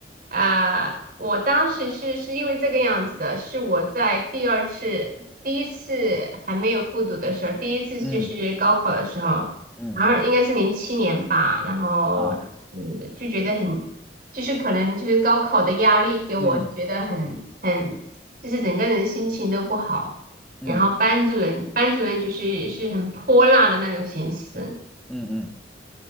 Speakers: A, on the right; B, in the centre.
A: 啊、呃我当时是是因为这个样子的，是我在第二次、第一次还没有复读的时候，第一次就是高考的时候，
B: 嗯嗯嗯
A: 然后应该是零七年吧，然后当时就觉得很，
B: 啊，
A: 就是可能就是高考的压力给我觉得很很，
B: 嗯
A: 就是整个人心情都不好，
B: 嗯
A: 然后班主任班主任就是是很泼辣的那种形式。
B: 嗯嗯